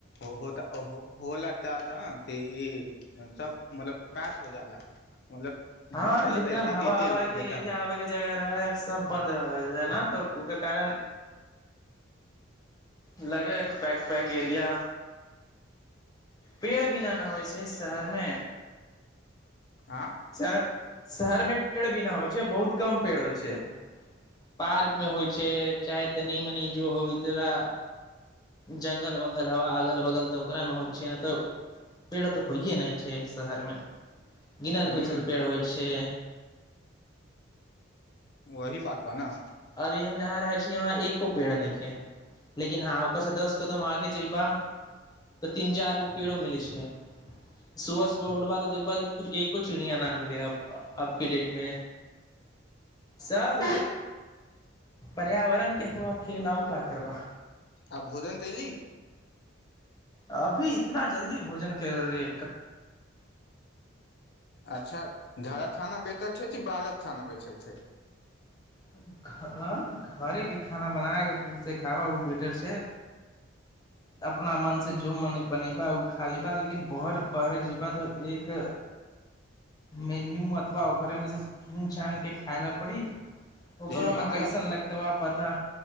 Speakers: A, on the left; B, on the left.
A: आहो तऽ ओ होला चारदन त ई सब मतलब पाँच हो जाला मतलब
B: हँ
A: बन्द हो जाला
B: जितना
A: एते
B: हवा
A: एते
B: हवा के
A: जैसामे
B: एरिया आबे के जगह रहैै सब बंद रह ने तऽ ओकर कारण लगे पैक पैक एरिया पेड़ भी नहि नहि होइ छै शहरमे
A: आ
B: चर शहर मे पेड़ भी नहि होइ छै बहुत कम पेड़ होइ छै पार्क मे होइ छै चाहे तनी मनी जो होइ तोरा जङ्गल वङ्गल हवा अगल बगल तऽ ओकरामे होइ छै नहि तऽ पेड़ तऽ होइए नहि छै शहरमे गिनल
A: हूँ
B: गुछल पेड़ होइ छै
A: वही बात बा न
B: अभी हम जहाँ रहे छी वहाँ एको पेड़ न के लेकिन ह ओकर स दस कदम आगे जबा तऽ तीन चार गो पेड़ो मिले छै सुबह सुबह उठबा त देखबा एको चिड़िया न मिले अब के डेट मे सब पर्यावरण के हो अकेलउ का करबा
A: आब भोजन तली
B: अभी इतना जल्दी भोजन करियै
A: अच्छा छारा थाना बेतल छै कि बालक थाना बेचल छै
B: घ घरेके खाना बना कऽ खुदसँ खबह ओ बेटर छै अपना मनसँ जो मन बनेबह ओ खा लेबह लेकिन बर बर जयबह तऽ एक मेन्यू अथबा ओकरे मे सँ चुनि चान कऽ खाय लए पड़ी ओकरो
A: लेकिन बहारत
B: में कैसन लगते बा पता